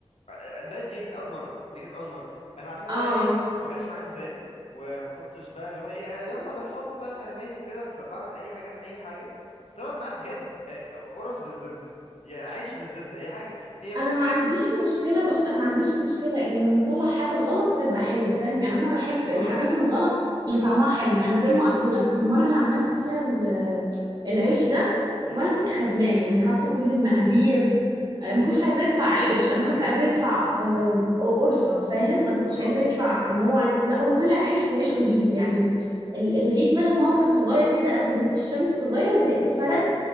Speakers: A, on the left; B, on the right.
A: آه، آه، ده دي كانت اول مره دي كانت اول مره انا عشان
B: اه
A: بقى ايه ما كانش معايا ميزان وما كنتش بقى اللي هو ايه آه، يلا بالحب بقى فهماني وكده فبعمل اي حاجه في اي حاجه طلعت معايا بجد آه، آه، قرص بالزبده يا عيش بالزبده هي حاجه هي بصي
B: انا ما عنديش مشكله بص انا ما عنديش مشكله ان لما اطلع حاجه غلط تبقى حلوه فاهم يعني انا بحب
A: ها
B: الحاجات الغلط اللي طعمها حلو يعني زي ما قلت لك في المره اللي عملت فيها ال- العيش
A: امم
B: ده
A: امم
B: وانا كنت خدماه يعني حاطه كل المقادير آه،
A: آه،
B: ما
A: هي
B: كنتش
A: اصلا
B: عايزاه يطلع عيش انا
A: عجينه
B: كنت عايزاه
A: ال
B: يطلع آه، قرصه فاهم ما كنتش
A: ها
B: عايزاه يطلع اللي هو عي- لا هو طلع عيش وعيش غريب يعني ال- الرغيف بدل ما هو كان صغير كده قد الرغيف الشامي الصغير لقيته فرد
A: امم